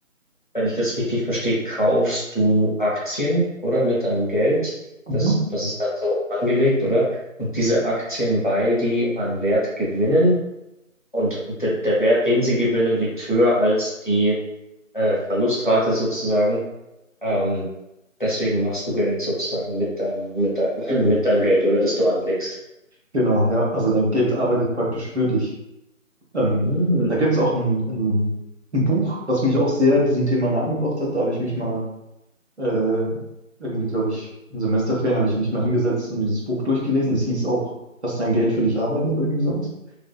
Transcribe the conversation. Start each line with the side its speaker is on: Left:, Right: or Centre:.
Left: wenn ich das richtig verstehe, kaufst du Aktien, oder? Mit deinem Geld.
Right: mhm.
Left: Das, das ist dann so angelegt, oder? Und diese Aktien, weil die an Wert gewinnen und de, der Wert, den sie gewinnen, liegt höher als die äh, Verlustrate sozusagen. Ähm, deswegen machst du Geld sozusagen mit deinem, mit deinem, <laughs> mit deinem Geld, oder das du anlegst.
Right: Genau, ja. Also dein Geld arbeitet praktisch für dich. Ähm,
Left: Mm,
Right: da gibt es auch ein, ein, ein Buch, was mich auch sehr diesem Thema nahegebracht hat. Da habe ich mich mal äh, irgendwie, glaube ich, in Semesterferien habe ich mich mal hingesetzt und dieses Buch durchgelesen. Das hieß auch, dass dein Geld für dich arbeiten oder irgendwie sowas.